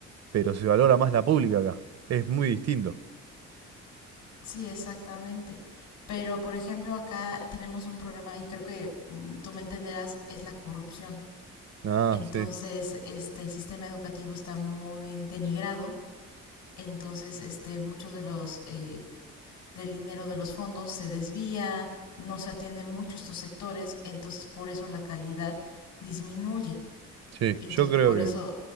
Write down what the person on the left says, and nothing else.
Sí, exactamente. Pero, por ejemplo, acá tenemos un problema y creo que mm, tú me entenderás, es la corrupción.
Entonces,
este, el sistema educativo está muy denigrado. Entonces, este, muchos de los eh, del dinero de los fondos se desvía, no se atienden mucho estos sectores. Entonces, por eso la calidad disminuye.
Entonces,
por
eso,